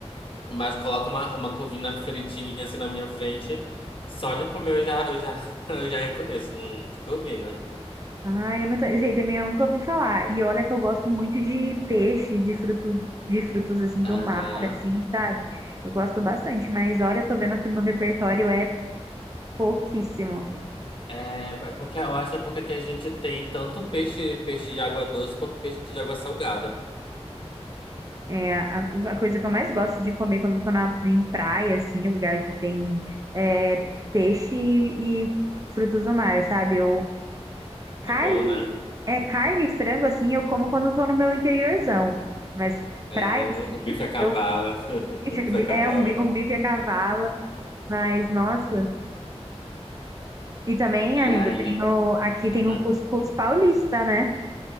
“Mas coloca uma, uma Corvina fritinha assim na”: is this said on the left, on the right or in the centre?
Left